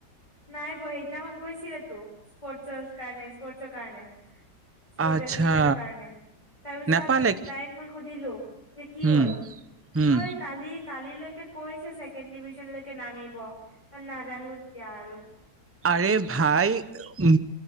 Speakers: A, on the left; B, on the right.
A: নাই পহিদিনাখন গৈছিল <unintelligible> স্পৰ্টছৰ কাৰনে স্পৰ্টছ নিজ কাৰণে সুত
B: আচ্ছা
A: এডমিশ্যনৰ কাৰণে তাৰপিছত
B: নেপালে
A: উ তাইক মই সুধিলো যে কি
B: উম
A: হ'ল?
B: উম
A: কৈ কালি কা কালিলৈকে কৈছে ছেকেণ্ড ডিভিজনলৈকে নামিব কাৰ নাজানো এতিয়া আৰু তেনেকে
B: আৰে ভাই উ